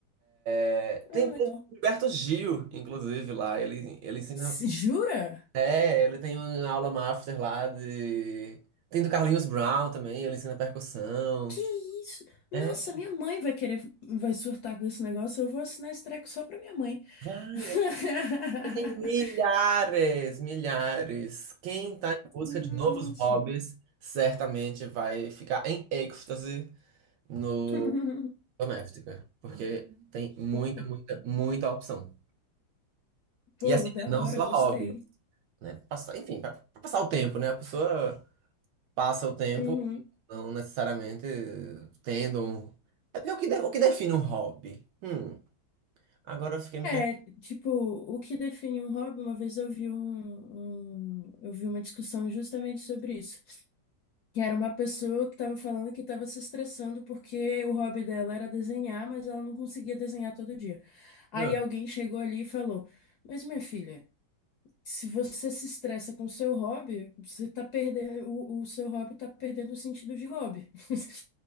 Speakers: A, on the right; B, on the left.
A: é,
B: Ah,
A: tem curso
B: legal.
A: do Gilberto Gil, inclusive, lá. Ele, ele ensina.
B: S- Jura?
A: É, ele tem uma aula master lá de. Tem do Carlinhos Brown também, ele ensina percussão.
B: Que isso? Nossa,
A: É,
B: minha mãe vai querer, vai surtar com esse negócio, eu vou assinar esse treco só pra minha mãe.
A: vai,
B: <laughs>
A: é, tem milhares, milhares. Quem tá em busca
B: Nossa.
A: de novos hobbies certamente vai ficar em êxtase no
B: <laughs>
A: Doméstica, porque tem muita,
B: Pô,
A: muita, muita opção.
B: pô,
A: E assim,
B: da
A: não
B: hora,
A: só
B: gostei.
A: hobby. né? Passar, enfim, para passar o tempo, né? A pessoa passa o tempo,
B: Uhum.
A: não necessariamente tendo. um- É porque o que, de- o que define um hobby? Hum, agora eu fiquei me
B: É, tipo, o que define um hobby, uma vez eu vi um, um- eu vi uma discussão justamente sobre isso. Que era uma pessoa que estava falando que estava se estressando porque o hobby dela era desenhar, mas ela não conseguia desenhar todo dia. Aí
A: questionando.
B: alguém chegou ali e falou: Mas minha filha. Se você se estressa com seu hobby, você tá perdendo, o, o seu hobby tá perdendo o sentido de hobby. <laughs>